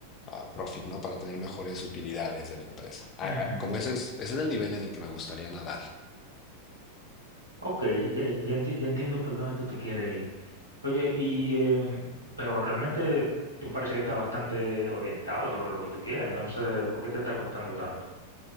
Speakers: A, on the left; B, on the right.
A: ah, profit, ¿no? Para tener mejores utilidades de la empresa. Ah,
B: ujú.
A: ah, como ese es, ese es el nivel en el que me gustaría nadar.
B: Ok, ya, ya enti- ya entiendo por dónde tú te quieres ir. Oye, y, em, pero realmente tú parece que estás bastante orientado sobre lo que tú quieres, entonces, ¿por qué te está costando tanto?